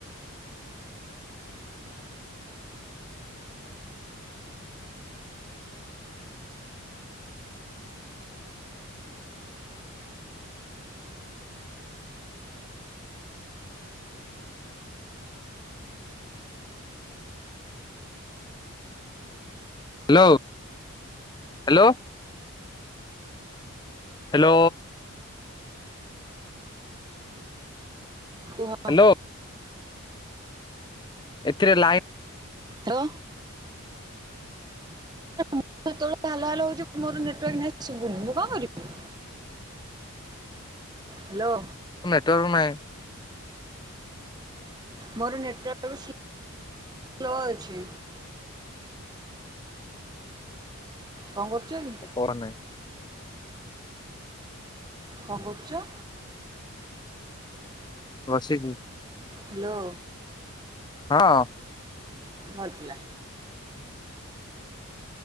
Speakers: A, on the left; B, on the right.
A: Hello hello. Hello.
B: କୁହ।
A: ହ୍ୟାଲୋ ଏଥିରେ ଲାଇନ।
B: ରୋ। ମୁଁ ସେତେବେଳୁ ହାଲୋ ହାଲୋ ହଉଛି ମୋର ନେଟୱାର୍କ ନାହିଁ ଶୁଭୁନି ମୁଁ କଣ କରିବି। ହାଲୋ।
A: ତୋର ନାହିଁ
B: ମୋର ନେଟ୍ <inaudible> ସ୍ଲୋ ଅଛି। କଣ କରୁଛ କି?
A: କହ ନାହିଁ
B: କନ୍ କରୁଚ?
A: ବସିଚି।
B: ହ୍ୟାଲୋ,
A: ହଁ
B: ଭଲ ପିଲା।